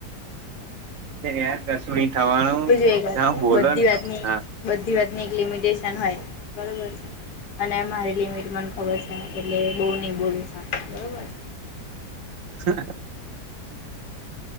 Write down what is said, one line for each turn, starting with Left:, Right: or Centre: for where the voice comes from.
Right: અરે યાર કશું નહિ થવાનું
Left: બીજું એક વાત
Right: તમ
Left: કહું
Right: બોલો
Left: બધી
Right: ને
Left: વાતની
Right: હા.
Left: બધી વાતની એક લિમિટેશન હોય બરોબર છે. અને મારી લિમિટ મને ખબર છે એટલે બહુ નહીં બોલું સારું બરોબર છે.
Right: હ